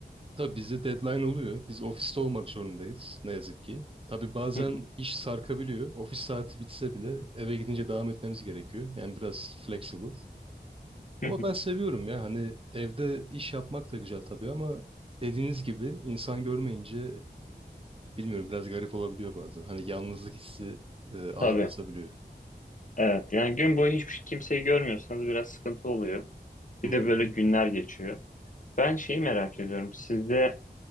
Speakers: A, on the right; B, on the left.
A: Tabii bizde deadline oluyor. Biz ofiste olmak zorundayız. Ne yazık ki. Tabii bazen
B: Hı hı,
A: iş sarkabiliyor. Ofis saati bitse bile eve gidince devam etmemiz gerekiyor. Yani biraz flexible.
B: hı
A: Ama
B: hı.
A: ben seviyorum ya hani evde iş yapmak da güzel tabii ama dediğiniz gibi insan görmeyince e, bilmiyorum biraz garip olabiliyor bazen. Hani yalnızlık hissi e, ağır
B: Tabii.
A: basabiliyor.
B: Evet yani gün boyu hiçbir şey, kimseyi görmüyorsanız biraz sıkıntı oluyor. Bir
A: Hı hı,
B: de böyle günler geçiyor. Ben şeyi merak ediyorum. Sizde